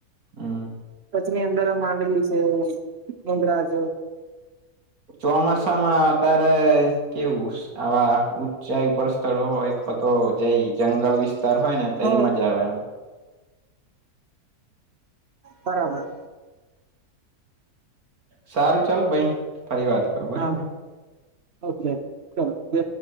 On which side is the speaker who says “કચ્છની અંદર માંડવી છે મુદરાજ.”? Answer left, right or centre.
Right